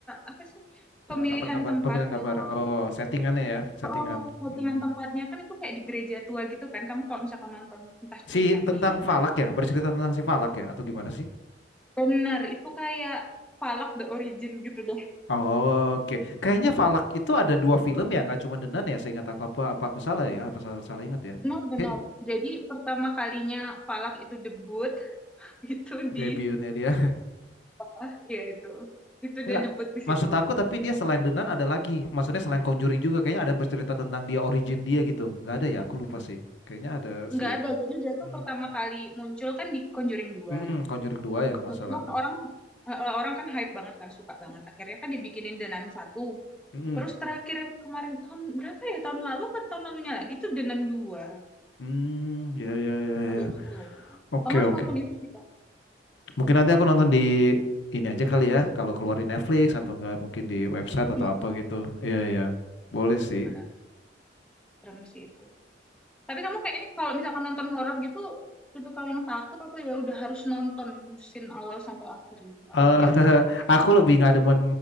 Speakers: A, in the centre; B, on the left.
A: apa sih
B: Penangkapan
A: pemilihan
B: gambar,
A: tempatnya
B: pemilihan gambar. Oh
A: terus
B: settingannya ya, settingan.
A: oh, settingan
B: Hmm.
A: tempatnya kan itu kayak di gereja tua gitu kan kamu kalau misalkan nonton entah cuplikan
B: Si tentang
A: di
B: Falak
A: mana
B: ya, bercerita tentang si Falak ya atau gimana sih?
A: benar itu kayak Falak the Origin gitu deh
B: Oke, Kayaknya Falak itu ada dua film ya, nggak cuma The Nun ya. Saya ingat aku apa apa aku salah ya? Apa salah, salah ingat ya?
A: benar-benar
B: Iya deh,
A: jadi pertama kalinya Falak itu debut <laughs> itu
B: debutnya
A: di
B: dia.
A: Koja ya itu itu
B: Enggak,
A: dia debut di
B: maksud
A: situ
B: aku tapi dia selain The Nun ada lagi. Maksudnya selain Conjuring juga kayaknya ada bercerita tentang dia origin dia gitu. Enggak ada ya, aku lupa sih. Kayaknya ada si
A: nggak ada jadi dia tuh
B: hmm.
A: pertama kali muncul kan di Conjuring dua
B: mm-mm, Conjuring 2 ya kalau nggak
A: Mungkin
B: salah.
A: kan
B: Hmm.
A: orang eh, eh, orang kan hype banget kan suka banget. Akhirnya kan dibikinin Denan satu.
B: Mm-mm.
A: Terus terakhir kemarin tahun berapa ya? Tahun lalu apa tahun lalunya lagi tuh Denan dua.
B: Hmm, ya ya ya
A: Ada
B: ya.
A: dua. Denan.
B: Oke,
A: Kamu harus
B: oke.
A: nonton itu sih Kak.
B: Mungkin nanti aku nonton di ini aja kali ya, kalau keluar di Netflix atau enggak mungkin di website atau
A: Mm-mm.
B: apa gitu. Iya, iya. Boleh sih.
A: Benar, serem sih itu. Tapi kamu kayaknya kalau misalkan nonton horor gitu, itu kalau yang takut apa ya udah harus nonton scene awal sampai akhir gitu, atau
B: Eee,
A: yang
B: <laughs>
A: kayak tutup mata.
B: aku lebih nggak demen